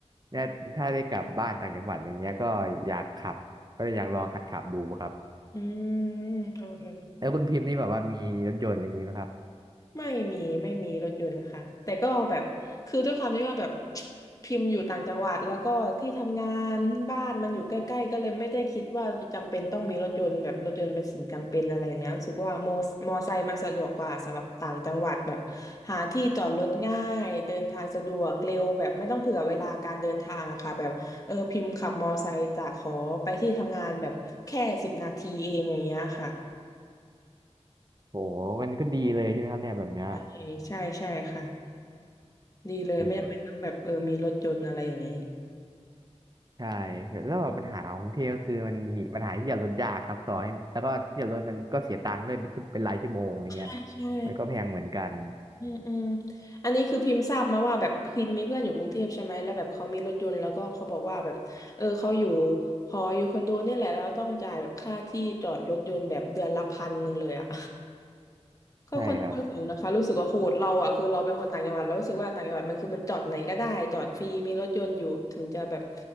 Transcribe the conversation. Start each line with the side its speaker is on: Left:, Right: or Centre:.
Right: เนี่ยถ้าได้กลับบ้านต่างจังหวัดอะไรเงี้ยก็อยากขับก็เลยอยากลองหัดขับดูครับ
Left: อืมโอเค
Right: แล้วคุณพิมพ์นี่แบบว่ามีรถยนต์อะไรอย่างงี้ไหมครับ
Left: ไม่มีไม่มีรถยนต์ค่ะแต่ก็แบบคือด้วยความที่ว่าแบบ <tsk> พิมพ์อยู่ต่างจังหวัดแล้วก็ที่ทำงานบ้านมันอยู่ใกล้ๆก็เลยไม่ได้คิดว่าจำเป็นต้องมีรถยนต์แบบรถยนต์เป็นสิ่งจำเป็นอะไรอย่างเงี้ยรู้สึกว่าโมมอไซค์มันสะดวกกว่าสำหรับต่างจังหวัดแบบหาที่จอดรถง่ายเดินทางสะดวกเร็วแบบไม่ต้องเผื่อเวลาการเดินทางอะค่ะแบบเออพิมพ์ขับมอไซค์จากหอไปที่ทำงานแบบแค่สิบนาทีเองอย่างเงี้ยค่ะ
Right: โหมันก็ดีเลยใช่ไหมครับเนี่ยแบบเนี้ย
Left: เออใช่ใช่ค่ะ ดีเลยไม่จำเป็นต้องแบบเออมีรถยนต์อะไรอย่างนี้
Right: โหใช่แล้วแบบปัญหาของกรุงเทพก็คือมันมีปัญหาที่จะลดยากครับต่อให้แล้วก็ที่จะลดมันก็เสียตังค์ด้วยเป็นชั่วเป็นรายชั่วโมงอะไรเงี้ย
Left: ใช่ใช่
Right: มันก็แพงเหมือนกัน
Left: อืมอืมอันนี้คือพิมพ์ทราบมาว่าแบบพิมพ์มีเพื่อนอยู่กรุงเทพใช่ไหมแล้วแบบเขามีรถยนต์แล้วก็เขาบอกว่าแบบเออเขาอยู่หออยู่คอนโดเนี่ยแหละแล้วต้องจ่ายแบบค่าที่จอดรถยนต์แบบเดือนละพันหนึ่งเลยอ่ะ ก็ค่อนข้างสูงนะคะรู้สึกว่าโหดเราอ่ะคือเราเป็นคนต่างจังหวัดเรารู้สึกว่าต่างจังหวัดมันคือมันจอดไหนก็ได้จอดฟรีมีรถยนต์อยู่ถึงจะแบบ
Right: ใช่ครับ